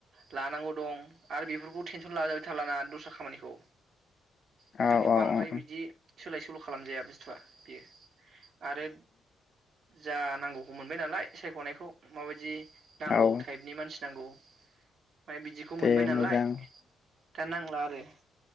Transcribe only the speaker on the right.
लानांगौ दं आरो बेफोरखौ टेनसन लाजाबाय थालाना दस्रा खामानिखौ बेखायनो
बांद्राय
बिदि सोलाय सोल‌ खालामजाया बुस्थुआ बेयो आरो जा नांगौखौ मोनबाय नालाय सायखनायखौ माबायदि नांगौ
टाइपनि मानसि नांगौ फाय बिदिखौ
मोनबाय नालाय
दा नांला आरो।